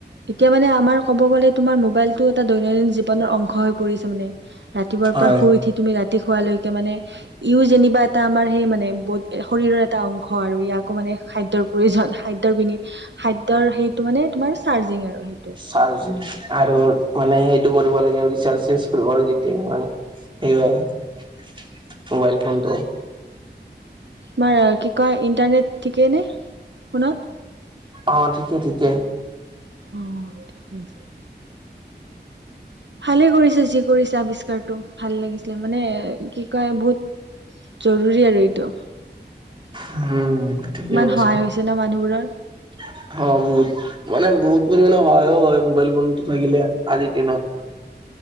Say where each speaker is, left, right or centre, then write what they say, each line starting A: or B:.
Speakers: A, on the right; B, on the right.
A: এতিয়া মানে আমাৰ কব গ'লে তোমাৰ মোবাইলতটো এটা দৈনন্দিন জীৱনৰ অংশ হৈ পৰিছে মানে ৰাতিপুৱাৰ
B: হয়।
A: পৰা শুই উঠি তুমি ৰাতি ৰাতি শুৱা লৈকে মানে। ই যেনিবা এটা আমাৰ সেই মানে শৰীৰৰ এটা অংশ আৰু ইয়াকো মানে খাদ্যৰ প্ৰয়োজন। খাদ্যৰ বি খাদ্যৰ সেইটো মানে তোমাৰ চাৰ্জিং আৰু সেইটোৱে।
B: চাৰ্জ আৰু মানে সেইটো কৰিব লাগে আৰু ৰিচাৰ্জ চে্জ কৰিব লাগে এতিয়া মানে সেয়ায়ে। মোবাইল ফোনটো।
A: বাৰু কি কয় ইণ্টাৰনেট ঠিকেই নে ফোনত?
B: অ' ঠিকে, ঠিকে।
A: অ' ঠিকেই। ভালে কৰিছে যি কৰিছে আৱিষ্কাৰতটো। ভাল লাগিছিলে মানে কি কয় বহুত জৰুৰী আৰু এইটো।
B: উম ঠিকে
A: ইমান
B: কৈছা।
A: সহায় হৈছে ন মানুহবোৰৰ।
B: <inaudible> অ' বহুত। মানে বহুত পৰিমাণে সহায়ো হয় মোবাইল ফোনতো থাকিলে আজিৰ দিনত।